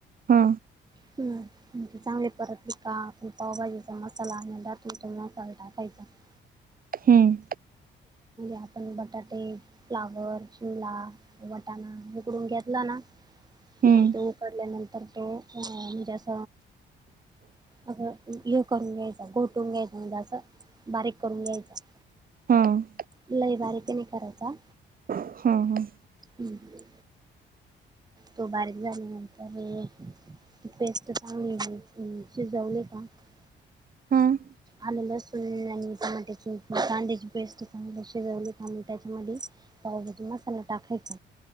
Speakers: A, on the right; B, on the right.
A: हा.
B: हम्. <unintelligible>
A: हम्म
B: आपण बटाटे, फ्लावर, शिमला वटाना उकडून घेतला ना
A: हम्म
B: मग तो उकडल्यानंतर तो म्हणजे अस अग हे करून घ्यायच गोटून घ्यायचा म्हणजे असं बारीक करून घ्यायच
A: हम्म्म.
B: लय बारीक नाही करायचा.
A: हम हम.
B: हम्म. तो बारीक झाल्यानंतर <unintelligible>
A: हम.
B: आलं, लसून आणि टमाट्याची, कांद्याची पेस्ट चांगली शिजवली का त्याच्या मदी पाव भाजी मसाला टाकायच